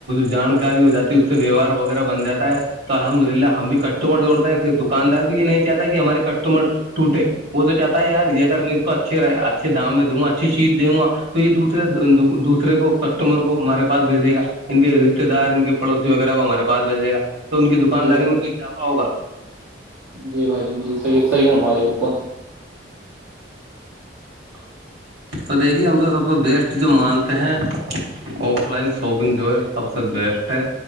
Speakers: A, on the right; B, on the right.
A: جانکاری ہو جاتی ہے اس سے ویوہار وغیرہ بن جاتا ہے تو الحمد للہ ہم بھی کسٹمر جوڑتے ہیں پھر دکاندار بھی یہ نہیں چاہتا کہ ہمارے کسٹمر ٹوٹے وہ تو چاہتا ہے یار یہ اگر میں اچھے رہ اچھے دام میں دوں گا اچھی چیز د گا تو یہ دورے دوسے کو کسٹمر کو ہمارے پس بھیجے گ ان کے رشتے دار ان کے پڑوسی وغیرہ کو ہمارے پس بھیجے گا تو ان کی دکانداری
B: جی بھائی
A: میں تو اضافہ ہوگا
B: جی بھائی جان جی صحیح صحیح ہممارے بالکل <inaudible>
A: تو دیکھیے ہم تو سب سے بیسٹ جو مانتے ہیں آف لائن شاپنگ جو ہے سب سے بیسٹ ہے